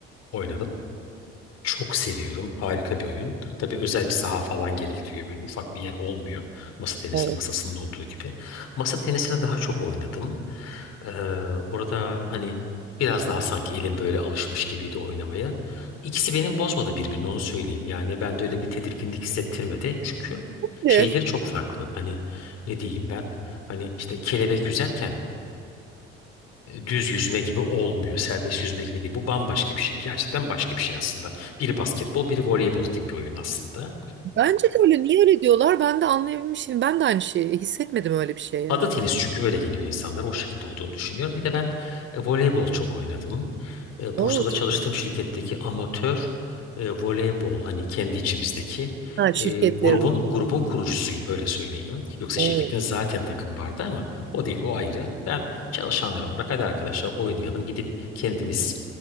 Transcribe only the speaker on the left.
oynadım. Çok seviyorum. Harika bir oyun. Tabii özel bir saha falan gerektiriyor. Böyle ufak bir yer olmuyor. Masa tenisi
masasının olduğu gibi. Masa tenisine daha çok oynadım. Ee, orada hani biraz daha sanki elim böyle alışmış gibiydi oynamaya. İkisi benim bozmadı birbirini onu söyleyeyim. Yani ben de öyle bir tedirginlik hissettirmedi. Çünkü
şeyleri çok farklı. Hani ne diyeyim ben? Hani işte kelebek yüzerken e, düz yüzme gibi olmuyor. Serbest yüzme gibi değil. Bu bambaşka bir şey. Gerçekten başka bir şey aslında. Biri basketbol, biri voleybol gibi bir oyun aslında.
Ada tenisi çünkü öyle geliyor insanlar. O şekilde olduğunu düşünüyorum. Bir de ben e, voleybol çok oynadım. E, Bursa'da
çalıştığım
şirketteki amatör e, voleybol hani kendi içimizdeki
e, grubun
grubun kurucusuyum öyle söyleyeyim. Yoksa
şirketin zaten takım vardı ama o değil o ayrı. Ben çalışanlar olarak hadi arkadaşlar oynayalım gidip kendimiz